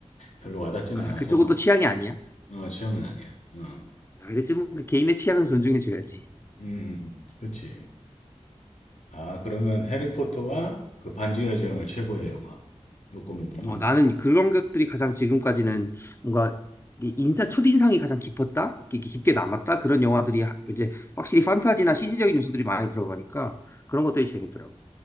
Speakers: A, on the left; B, on the left.
A: 별로 와닿지는
B: 아,
A: 않아서
B: 그쪽은 또 취향이 아니야.
A: 어, 취향은 아니야. 어, 음,
B: 알겠지. 뭐그 개인의 취향은 존중해줘야지.
A: 음, 음. 그치. 아, 그러면 해리포터와 그 반지의 제왕을 최고의 영화. 요거구만.
B: 어, 나는 그런 것들이 가장 지금까지는 뭔가 이 인사 첫인상이 가장 깊었다, 깊- 깊게 남았다 그런 영화들이 하- 이제 확실히 판타지나 CG적인 요소들이 많이 들어가니까 그런 것들이 재밌더라고.